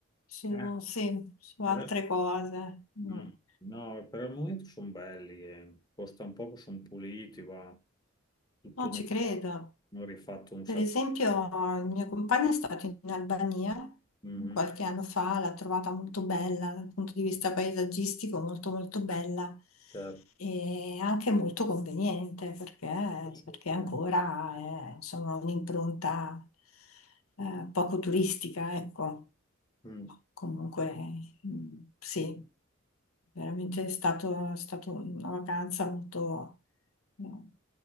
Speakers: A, on the left; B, on the left.
A: su,
B: Eh, no,
A: sì, su
B: adesso
A: altre cose. No,
B: Mm. No, per il momento sono belli, eh. Costa un poco, sono puliti, va tutto
A: no,
B: nuovo,
A: ci credo.
B: non rifatto un
A: Per
B: sacco.
A: esempio, il mio compagno è stato in Albania
B: Mhm,
A: qualche anno fa, l'ha trovata molto bella dal punto di vista paesaggistico, molto molto bella
B: Certo,
A: e anche molto conveniente perché,
B: assolutamente.
A: perché ancora
B: sì.
A: è, insomma, un'impronta eh, poco turistica, ecco.
B: Mm,
A: Comunque, mm, sì, veramente è stato, è stata una vacanza molto mm,